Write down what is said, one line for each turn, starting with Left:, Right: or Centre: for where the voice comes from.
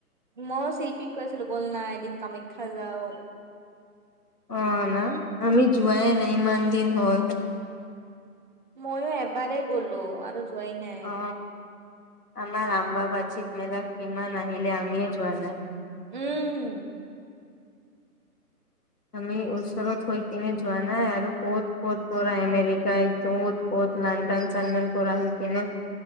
Right: মই চিল্পিক কৈ আছিলো বল না এদিন কামাখ্যা যাওঁ।
Left: অ না? আমি যোৱাই
Right: উম
Left: নাই ইমান দিন হ'ল।
Right: মইয়ো এবাৰেই গ'লো আৰু যোৱাই নাই।
Left: অ, আমাৰ ৰাম বাবা চিত মেলাত কিমান আহিলে আমিয়ে যোৱা নাই।
Right: উম।
Left: আমি ওচৰত হৈ কিনে যোৱা নাই আৰু ক'ত ক'ত পৰা এমেৰিকাই <unintelligible> ক'ত লণ্ডন চন্দন পৰা আহি কিনে